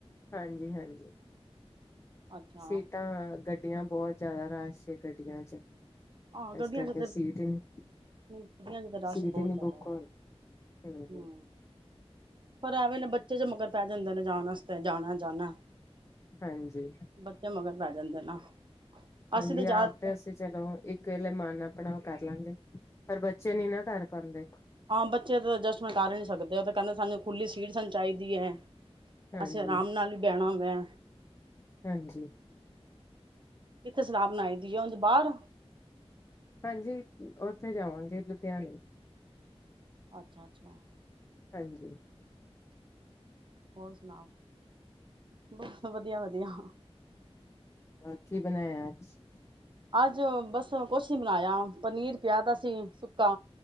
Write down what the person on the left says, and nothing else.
ਹਾਂਜੀ ਹਾਂਜੀ
ਸੀਟਾਂ ਗੱਡੀਆਂ ਬਹੁਤ ਜ਼ਿਆਦਾ ਰਸ਼ ਗੱਡੀਆਂ ਚ
ਇਸ ਕਰਕੇ
ਸੀਟ ਹੀ ਨੀ
ਸੀਟ
ਹੀ ਨੀ
ਬੁੱਕ
ਹੋ ਰਹੀ
ਹੂੰ
ਹਾਂਜੀ
ਹਾਂਜੀ
ਆਪ ਤੇ ਅਸੀਂ ਚਲੋ ਇੱਕ ਕਿਲੇ ਮਨ ਆਪਣਾ ਉਹ ਕਰ ਲਾਂਗੇ ਪਰ ਬੱਚੇ ਨੀ ਨਾ ਕਰ ਪਾਉਂਦੇ
ਹਾਂਜੀ
ਹਾਂਜੀ
ਹਾਂਜੀ ਉੱਥੇ ਜਾਵਾਂਗੇ ਲੁਧਿਆਣੇ
ਹਾਂਜੀ
ਅਹ ਕੀ ਬਣਾਇਆ ਆਜ